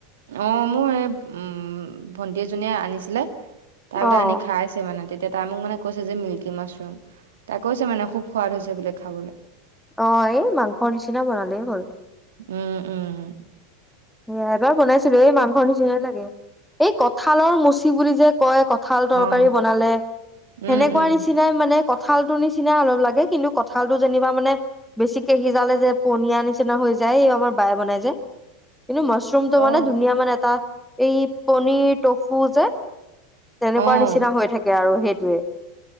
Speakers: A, on the right; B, in the centre.
A: অ মোৰ এই উম। ভণ্টি এজনীয়ে আনিছিলে? তাৰ
B: অ',
A: বোলে আনি খাইছে মানে তেতিয়া তাই মোক মানে। কৈছে যে মিল্কী মাছৰুম। তাই কৈছে মানে খুব সোৱাদ হৈছে বোলে? খাবলে।
B: অঁ এই মাংসৰ নিচিনা বনালেই হ'ল।
A: উম উম উম!
B: সয়া এবাৰ বনাইছিলো এই মাংস নিচিাই লাগে এই কঁঠালৰ মুচি বুলি যে কয় কঁঠাল তৰকাৰী
A: অ',
B: বনালে।
A: উম,
B: সেনেকুৱা
A: উম।
B: নিচিনাই মানে। কঁঠাল টো নিচিনা অলপ লাগে কিন্তু কঁঠাল টো যেনিবা মানে বেছিকে সিজালে যে পনীয়া নিচিনা হৈ যায় এই আমাৰ বায়ে বনাই। যে! কিন্তু মছৰুম তটো
A: অ'।
B: মানে ধুনীয়া মানে এটা। এই পনীৰ টফু যে। তেনেকুৱা
A: অ',
B: নিচিনা হৈ থাকে আৰু সেইটোৱেই।